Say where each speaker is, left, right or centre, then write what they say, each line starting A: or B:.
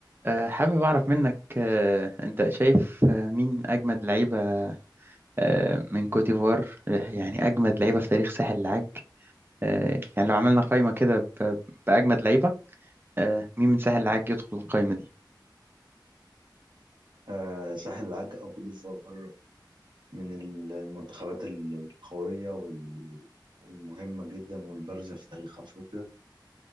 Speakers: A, on the right; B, on the right.
A: آه، حابب أعرف منك آه، أنت شايف آه، مين أجمد لعيبة آه، من كوت ديفوار آه، يعني أجمد لعيبة في تاريخ ساحل العاج آه، يعني لو عملنا قائمة كده ب- بأجمد لعيبة آه، مين من ساحل العاج يدخل القائمة دي
B: آه، ساحل العاج أو كوت ديفوار من المنتخبات القوية وال- والمهمة جدا والبارزة في تاريخ أفريقيا